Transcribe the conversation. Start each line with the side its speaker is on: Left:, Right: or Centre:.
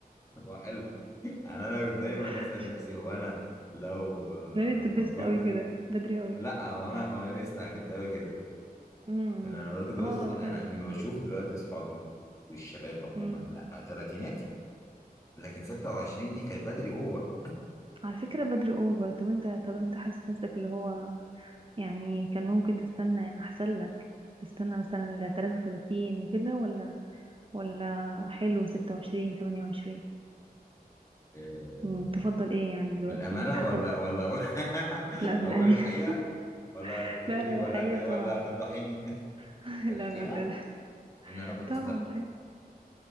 Left: هو حلو <laughs> انا انا كنت دايما
Right: <laughs>
Left: اسال نفسي هو انا لو آه،
Right: انا ليه اتدبست
Left: ما كنت
Right: قوي كده بدري قوي
Left: لا هو انا هو انا ليه استعجلت قوي كده
Right: امم
Left: انا أنا برضه كويس
Right: اه
Left: صغير
Right: فعلا
Left: انا اما بشوف دلوقتي اصحابي والشباب عموما
Right: امم
Left: لا ثلاثيناتي لكن 26 دي كانت بدري اوفر
Right: على فكرة بدري اوفر طب انت طب انت حاسس نفسك اللي هو يعني كان ممكن تستنى احسن لك تستنى مثلا ل 33 وكده ولا ولا حلو 26 28
Left: آه،
Right: أمم، تفضل ايه يعني دلوقتي
Left: بالامانه
Right: بحسب
Left: ولا ولا <laughs>
Right: لا
Left: اقول
Right: بالأمان
Left: الحقيقه ولا
Right: <laughs>
Left: تقولي
Right: لا لا
Left: ولا
Right: الحقيقة
Left: هت- ولا
Right: طبعا
Left: هتفضحيني <laughs>
Right: <laughs>
Left: الحقيقه
Right: لا لا لا
Left: ان انا كنت
Right: طبعا
Left: استنى
Right: الحقيقة